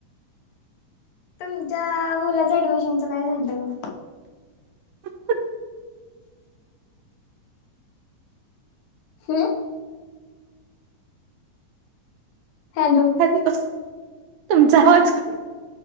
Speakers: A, on the left (about 80°); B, on the right (about 85°).
A: तुमच्या मुलाचं ऍडमिशनचं काय झालं
B: <inaudible>
A: हो हॅलो
B: खा कस तुमचा आवाज क